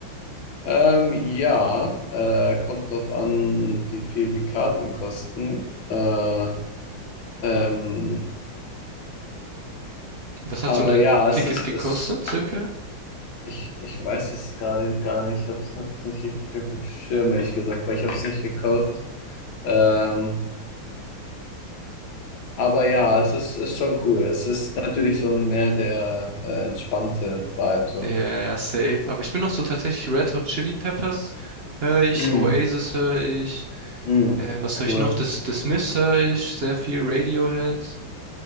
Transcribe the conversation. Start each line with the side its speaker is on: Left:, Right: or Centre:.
Left: Ähm, ja, äh, kommt drauf an, wie viel die Karten kosten. Äh, ähm,
Right: Was hat
Left: aber
Right: so ein
Left: ja, es
Right: Ticket
Left: ist,
Right: gekostet,
Left: es,
Right: circa?
Left: ich, ich weiß es gerade gar nicht. Ich hab's, hab's nicht richtig auf dem Schirm, ehrlich gesagt, weil ich hab's nicht gekauft. Ähm, aber ja, es ist, ist schon cool. Es ist natürlich so mehr der äh, entspannte Vibe so.
Right: Ja, ja, safe. Aber ich bin noch so tatsächlich Red Hot Chili Peppers höre ich,
Left: Mm,
Right: Oasis höre ich,
Left: mm,
Right: äh, was
Left: cool.
Right: höre ich noch? Das, The Smiths höre ich, sehr viel Radiohead.